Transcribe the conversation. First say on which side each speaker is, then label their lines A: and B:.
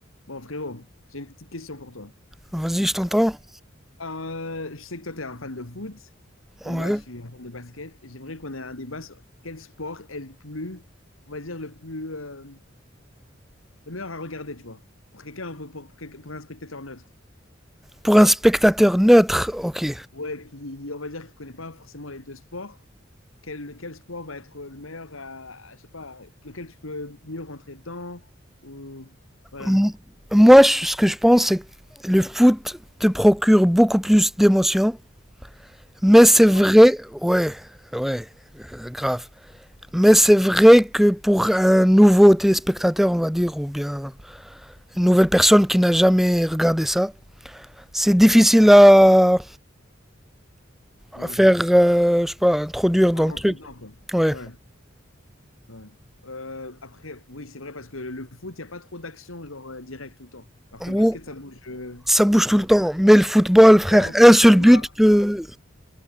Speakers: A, on the left; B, in the centre.
A: Bon, frérot, j'ai une petite question pour toi.
B: Vas-y, je t'entends.
A: Euh, je sais que toi, tu es un fan de foot et
B: Ouais.
A: moi, je suis un fan de basket. Et j'aimerais qu'on ait un débat sur quel sport est le plus, on va dire, le plus, euh, le meilleur à regarder, tu vois. Pour quelqu'un, pour, pour, pour quelqu'un- pour un spectateur neutre.
B: Pour un spectateur neutre, ok.
A: Ouais, qui, on va dire, qui connaît pas forcément les deux sports. Quel, quel sport va être le meilleur à, à- je sais pas, lequel tu peux mieux rentrer dedans ou, voilà,
B: M- Moi, je- ce que je pense, c'est que le foot te procure beaucoup plus d'émotions. Mais c'est
A: Quoi?
B: vrai, ouais, ouais, euh, grave. Mais c'est vrai que pour un nouveau téléspectateur, on va dire, ou bien une nouvelle personne qui n'a jamais regardé ça, c'est difficile à,
A: Ouais,
B: à faire, euh, je sais pas, introduire dans
A: à rentrer
B: le truc.
A: dedans, quoi.
B: Ouais.
A: Ouais. Ouais. Euh, après, oui, c'est vrai parce que le foot, il n'y a pas trop d'action genre euh, direct tout le temps. Alors que le
B: Ou
A: basket, ça bouge, euh,
B: ça bouge
A: ça
B: tout
A: bouge
B: le temps.
A: tout le
B: Mais le football, frère,
A: temps,
B: un seul
A: ça
B: but
A: marque.
B: peut,
A: et voilà.